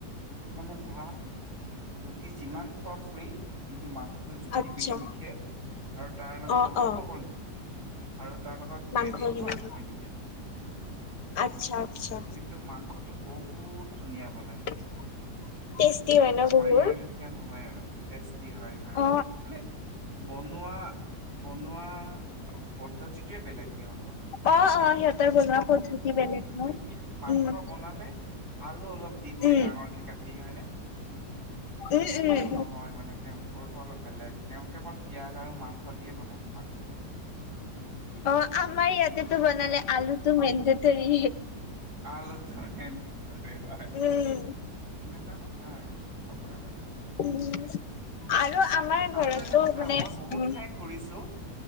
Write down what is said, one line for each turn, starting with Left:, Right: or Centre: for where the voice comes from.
Right: মানে ভাত আৰু ৰুটি যিমান খোৱা ফ্ৰী, কিন্তু মাংসটো জুখি
Left: আচ্ছা
Right: পিনি বিকে আৰু তাৰ লগত
Left: অ
Right: মুখতো
Left: অ
Right: অকল জোখে আৰু তাৰ লগত
Left: মাংস
Right: গ্ৰেভিটো
Left: বনাইছে
Right: আনলিমিটেড
Left: আচ্ছা আচ্ছা
Right: কিন্তু মাংসতটো বহুত ধুনীয়া বনাই
Left: <inaudible> টেষ্টি হয় ন
Right: আমাৰ
Left: বহুত
Right: ইয়াৰ লেখীয়া নহয় আৰু তেষ্টি হয় হা।
Left: অ
Right: মানে বনোৱা, বনোৱা পদ্ধতিটোৱেই বেলেগ সিহঁতৰ
Left: অ', অ, সিহঁতৰ বনোৱা পদ্ধতি বেলেগ ন।
Right: সিহঁতে মাংস
Left: উম
Right: বনালে আলু অলপ দি দিয়ে
Left: উম
Right: ডাঙৰকে কাটি হয়নে?
Left: উম
Right: সেইটো
Left: উম
Right: নহয় মানে তেওঁলোকৰটো অলপ বেলেগ তেওঁলোকে অকল পিয়াজ আৰু মাংস দিয়ে বনাই মাংস খন
Left: অ', আমাৰ ইয়াতেতো বনালে আলুটো মেণ্ডতাৰী
Right: আলুটো মেণ্ডতৰী হয়।
Left: উম
Right: এনেকুৱা কথা আৰু চবৰে বেলেগ বেলেগ।
Left: <unintelligible> আৰু আমাৰ ঘৰতো
Right: আৰু এটা কথা
Left: মানে
Right: মই বহুত
Left: উম
Right: ঠাই ঘূৰিছোঁ